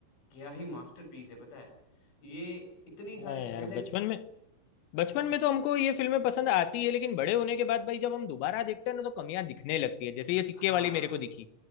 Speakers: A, on the left (about 65°); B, on the left (about 85°).
A: क्या ही मास्टरपीस है पता है ये इतनी
B: हाँ
A: सारे
B: यार
A: पहले
B: बचपन में बचपन
A: हम्म,
B: में तो हमको ये फिल्में पसंद आती है लेकिन बड़े होने के बाद भाई जब हम दोबारा देखते हैं ना तो कमियां दिखने लगती है जैसे ये सिक्के
A: हाँ
B: वाली मेरे को दिखी